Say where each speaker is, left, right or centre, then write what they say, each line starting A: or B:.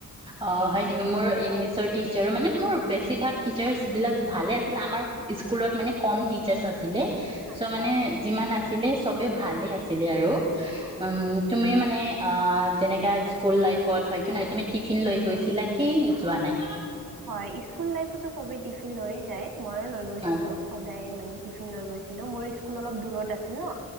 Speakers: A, on the right (about 15°); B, on the right (about 80°).
A: অ' হয় নেকি, মোৰো ইংলিছৰ টিচাৰো, মানে মোৰ বেছিভাগ টিচাৰ্চ বিলাক ভালে আছিলে, আমাৰ স্কুলত মানে কম টিচাৰ্চ আছিলে। চ'
B: আচ্ছা।
A: মানে, যিমান আছিলে চবে ভালে আছিলে আৰু। উম। তুমি মানে, আ যেনেকা, স্কুল লাইফত হয় কি নাই, তুমি টিফিন লৈ গৈছিলা কি যোৱা নাই?
B: হয়, স্কুল লাইফততো চবেই টিফিন লৈয়ে যায়। মইও লৈ গৈছিলো,
A: অ
B: সদায় মানে টিফিন লৈ গৈছিলো, মোৰ স্কুল অলপ দূৰত আছিল ন,